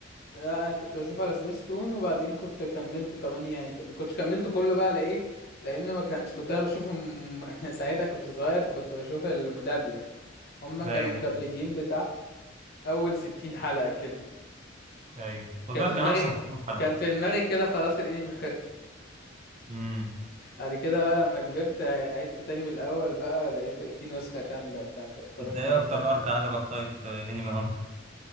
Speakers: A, on the left; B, on the right.
A: لا انا كنت بشوف على سبيستون وبعدين كنت كملته كمان يعني ك- ما كنتش كملته كله بقى لايه لانه ما كانش كنت انا بشوفهم <laughs> ساعتها كنت صغير فكنت بشوف المدبلج هما كانوا
B: ايوه
A: مدبلجين
B: ايوه
A: بتاع اول ستين حلقة كده
B: ايوه خد
A: كان
B: بالك
A: في
B: كان
A: دماغي
B: احسن 60 حلقة
A: كان في دماغي كده خلاص الانمي
B: امم
A: بعد كده بقى لما كبرت عدته تاني من الأول بقى لقيت في نسخة كاملة بتاع فاتفرجت
B: انت ايه
A: عليه
B: اكتر
A: تاني من الأول
B: ارك عجبك طيب في انمي هانتر